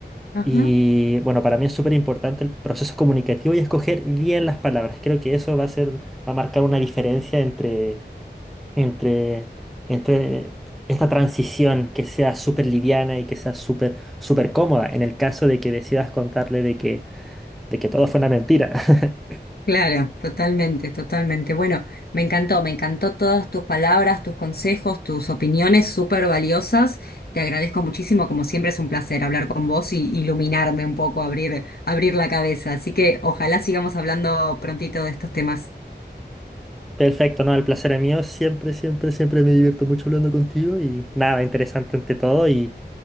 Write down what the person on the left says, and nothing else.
Ajá.
Claro, totalmente, totalmente. Bueno, me encantó, me encantó todas tus palabras, tus consejos, tus opiniones súper valiosas. Te agradezco muchísimo, como siempre es un placer hablar con vos y iluminarme un poco, abrir, abrir la cabeza. Así que ojalá sigamos hablando prontito de estos temas.